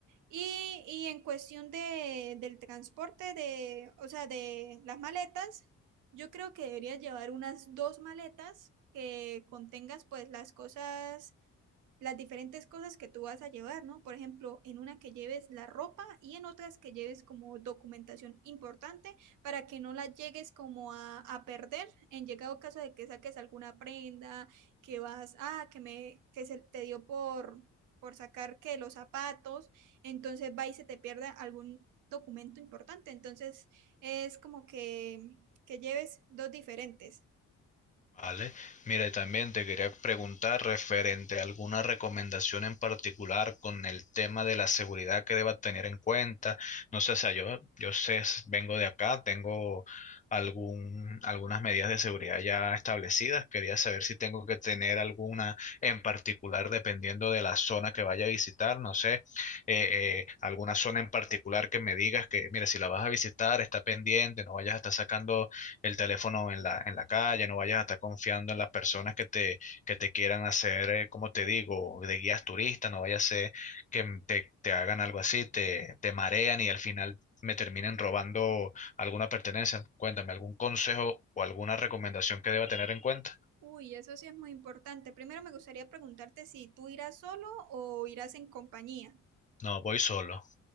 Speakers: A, on the right (about 85°); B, on the left (about 25°).
A: Y, y en cuestión de, del transporte, de, o sea, de las maletas. Yo creo que deberías llevar unas dos maletas que contengas pues las cosas las diferentes cosas que tú vas a llevar, ¿no? Por ejemplo, en una que lleves la ropa y en otras que lleves como documentación importante para que no la llegues como a, a perder en llegado caso de que saques alguna prenda, que vas, ah, que me, que se te dio por, por sacar que los zapatos, entonces va y se te pierde algún documento importante. Entonces es como que, que lleves dos diferentes.
B: Vale, mira, y también te quería preguntar referente a alguna recomendación en particular con el tema de la seguridad que deba tener en cuenta. No sé, o sea, yo, yo sé, s- vengo de acá, tengo algún, algunas medidas de seguridad ya establecidas. Quería saber si tengo que tener alguna en particular dependiendo de la zona que vaya a visitar. No sé, eh, eh, alguna zona en particular que me digas que, mira, si la vas a visitar, está pendiente, no vayas a estar sacando el teléfono en la, en la calle, no vayas a estar confiando en las personas que te, que te quieran hacer, eh, como te digo, de guías turistas, no vaya a ser que m- te, te hagan algo así, te, te marean y al final me terminen robando alguna pertenencia. Cuéntame, ¿algún consejo o alguna recomendación que deba tener en cuenta?
A: Uy, eso sí es muy importante. Primero me gustaría preguntarte si tú irás solo o irás en compañía.
B: No, voy solo.